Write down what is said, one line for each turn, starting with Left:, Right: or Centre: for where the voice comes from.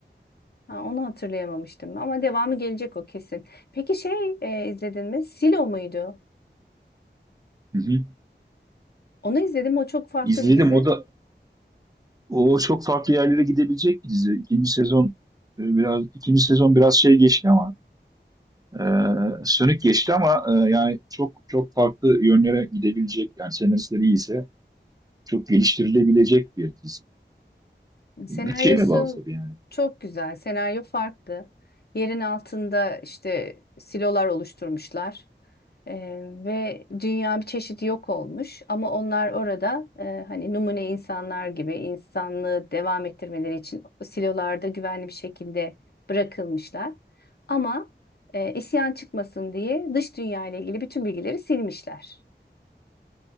Left: Ha, onu hatırlayamamıştım ama devamı gelecek o kesin. Peki şey e, izledin mi? Silo muydu?
Right: Hı hı.
Left: Onu izledim. O çok farklı
Right: İzledim.
Left: bir dizi.
Right: O da o çok farklı yerlere gidebilecek bir dizi. İkinci sezon e, biraz ikinci sezon biraz şey geçti ama e, sönük geçti ama e, yani çok çok farklı yönlere gidebilecek yani senaristleri iyiyse çok geliştirilebilecek bir dizi.
Left: Senaryosu
Right: Bütçeye de bağlı tabii yani.
Left: çok güzel. Senaryo farklı. Yerin altında işte silolar oluşturmuşlar. Ee, ve dünya bir çeşit yok olmuş ama onlar orada e, hani numune insanlar gibi insanlığı devam ettirmeleri için silolarda güvenli bir şekilde bırakılmışlar. Ama e, isyan çıkmasın diye dış dünya ile ilgili bütün bilgileri silmişler.